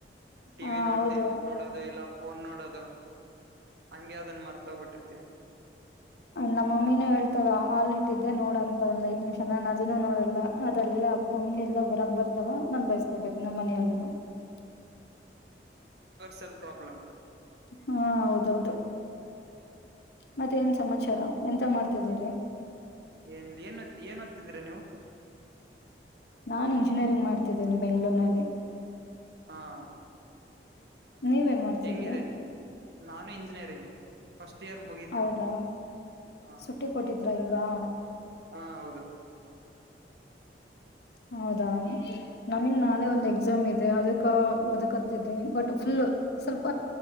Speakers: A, on the right; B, on the left.
A: ಟಿವಿ
B: ಹ
A: ನೋಡ್ತೀ
B: ಹೌದು
A: ನೋಡೋದು ಇಲ್ಲ. <unintelligible> ಫೋನ್ ನೋಡದು ಹಂಗೆ ಅದನ್ ಮರ್ತೋಗ್ಬಿಟ್ಟಿರ್ತಿವಿ.
B: ನಮ್ಮಮ್ಮಿನೂ ಹೇಳ್ತತಾರ ಹಲ್ ಇಟ್ಟಿದ್ದೆ ನೋಡ ಅಂತ ಒಂದ್ ಐದ್ ನಿಮಿಷ ನಾನ ಅದನ್ನೂ ನೋಡಲ್ಲ. ಅದೆಲ್ಲಾ ಪಂಗೆ ಎಲ್ಲ ಹೊರಕ್ ಬರ್ತಾವ ನಾ ಬಯಸ್ಕೊಬೇಕು ನಮ್ಮ ಮನೆಯಲ್ಲನು. <unintelligible>
A: ಸ್ವಲ್ಪ ಪ್ರಾಬ್ಲಮ್ <unintelligible>
B: ಹಾ ಹೌದ ಹೌದ ಮತ್ತೆ ಏನ್ ಸಮಾಚಾರ ಎಂತ ಮಾಡ್ತಿದ್ದೀರಿ? <unintelligible>
A: ಎಂದ ಏನ್ ಏನ್ ಓದ್ತಿದ್ದೀರಾ ನೀವು? <unintelligible>
B: ನಾನ್ ಇಂಜಿನಿಯರಿಂಗ್ ಮಾಡ್ತಿದ್ದೀನಿ ಬೆಂಗಳೂರಿನಲ್ಲಿ. <unintelligible>
A: ಹಾ <unintelligible>
B: ನೀವೇನ್ ಮಾಡ್ತಿದ್ರಿ
A: ಹೆಂಗ ಇದೆ ನಾನು ಇಂಜಿನಿಯರಿಂಗ್. <unintelligible> ಫಸ್ಟ್ ಇಯರ್ ಮುಗಿತ
B: ಹೌದಾ
A: ಇವಾಗ ಹಾ
B: ಸುಟ್ಟಿ ಕೊಟ್ಟಿದ್ರ ಈಗ
A: ಹಾ ಹೌದ <unintelligible>
B: ಹೌದಾ ನಮಗ್ ನಾಳೆ ಒಂದು ಎಕ್ಸಾಮ್ ಇದೆ ಅದ <unintelligible> ಕ ಓದಕತ್ತಿದೇ ಬಟ್ ಫುಲ್ ಸ್ವಲ್ಪ